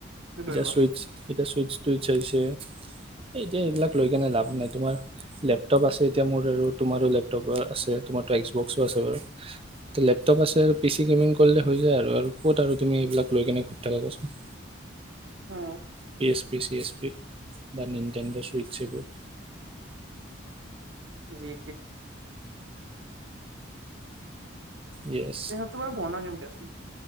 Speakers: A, on the right; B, on the right.
A: লৈ
B: এতিয়া
A: লোৱা
B: চুইটচ এতিয়া চুইটচছ টুইট এতিয়া এইবিলাক লৈ কেনে লাভ নাই তোমাৰ লেপটপ আছে এতিয়া মোৰ আৰু তোমাৰো লেপটপ আছে তোমাৰ টেক্সট বক্সো আছে বাৰু লেপটপ আছে বেছি গেমিং কৰিলে হৈ যায় আৰু ক'ত আৰু তুমি এইবিলাক লৈ কেনে ঘৰি থাকা কচোন
A: অ
B: PS P C S P বা নিন্তানড চুইটছবোৰ
A: জে
B: য়েছ
A: তেহেটৰ পুৰণা গেমকেছ